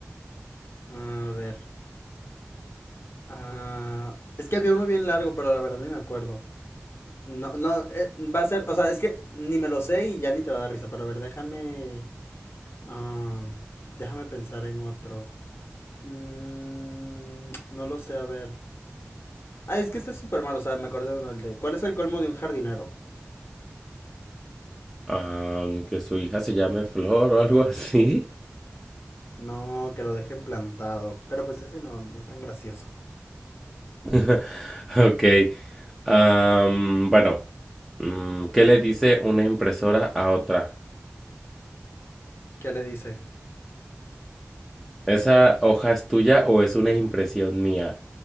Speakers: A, on the left; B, in the centre.
A: A ver. ah, es que había uno bien largo, pero la verdad ni me acuerdo. No, no, eh, va a ser, o sea, es que ni me lo sé y ya ni te va a dar risa, pero a ver, déjame, ah, déjame pensar en otro. Mm, no lo sé, a ver. Ah, es que este es súper malo, o sea, me acordé de uno, el de, ¿cuál es el colmo de un jardinero?
B: Am, que su hija se llame Flor o algo así.
A: No, que lo dejen plantado, pero pues ese no, no es tan gracioso.
B: <laughs> Ok. Am, bueno, mm, ¿qué le dice una impresora a otra?
A: ¿Qué le dice?
B: ¿Esa hoja es tuya o es una impresión mía?